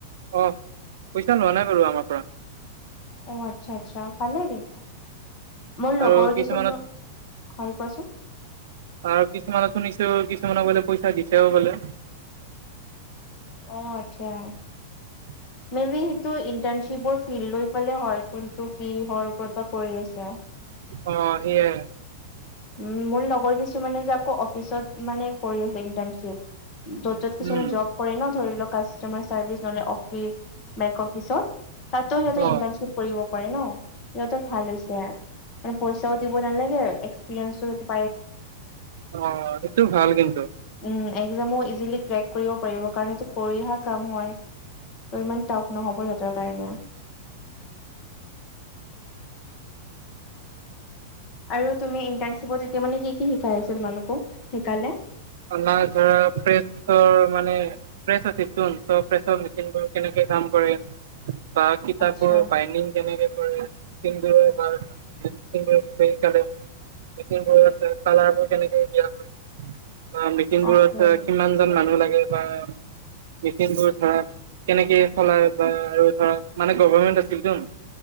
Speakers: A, on the right; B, on the left.
A: অ পইচা লোৱা নাই বাৰু আমাৰ পৰা।
B: অ আত্চ্ছা আত্চ্ছা ভালেই দে মোৰ
A: আৰু
B: লগৰ
A: কিছুমানত
B: কিছুমান, হয় কোৱাচোন?
A: আৰু কিছুমানত টো নিশ্চয় ত্ৰিছটামানক বোলে পইচা দিছেও বোলে।
B: অ আত্চ্ছা।
A: <inaudible>
B: মে বি সেইটো ইন্টাৰ্ণশ্বিপ ফিল লৈ পেলাই হয় কিন্তু কিহৰ ওপৰত বা কৰি আছে।
A: অ সেইয়াই।
B: উ মোৰ লগৰ কিছুমানে যে আকৌ অফিচত মানে কৰি আছে ইণ্টাৰ্ণশ্বিপ য'ত য'ত কিছুমানে
A: উম
B: জব। কৰে ন, ধৰি ল কাষ্টমাৰ চাৰ্ভিচ নলে অফিচ বেংক অফিচত তাতো সিহঁতে
A: অ
B: ইন্টাৰ্ণশ্বিপ কৰিব পাৰে ন? সিহঁতৰ ভাল হৈছে মানে পইচাও দিব নালাগে, এক্সপিৰিয়েঞ্চো সেটো
A: অ সেটো ভাল কিন্তু।
B: উম, একজামো ইজিলি ক্ৰেক কৰিব পাৰিব, কাৰণ এইটো কৰি অহা কাম হয়। ত ইমান টাফ নহ'ব সিহঁতৰ কাৰণেও। আৰু তুমি ইণ্টাৰ্ণশ্বিপত এতিয়া মানে কি কি শিকাই আছ, তোমালোকক কি কি শিকালে?
A: আমাৰ ধৰা ফ্ৰেছৰ মানে প্ৰেছ আছিল তন ত প্ৰেছৰ মেচিনবোৰ কেনেকে কাম কৰে বা কিতাপৰ
B: আচ্ছা,
A: বাইডিং কেনেকে কৰে, মেচিনবোৰৰ বাৰ <unintelligible> মেচিনবোৰৰ বিষয়ে শিকালে। মেচিনবোৰত কালাৰবোৰ কেনেকে দিয়া হয়। বা মেচিনবোৰত
B: অকে,
A: কিমান জন মানুহ লাগে। বা মেচিনবোৰ ধৰা কেনেকে চলাই বা আৰু ধৰা। মানে গভৰ্ণমেন্ট আছিল তোন